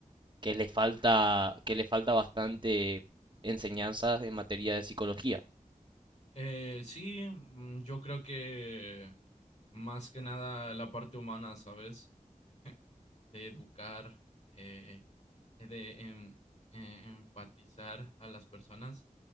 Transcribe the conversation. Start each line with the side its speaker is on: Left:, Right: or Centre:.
Right: que le falta, que le falta bastante enseñanzas en materia de psicología.
Left: Eh, sí, mm, yo creo que más que nada la parte humana, ¿sabes? De, de educar, eh, de em- eh, empatizar a las personas.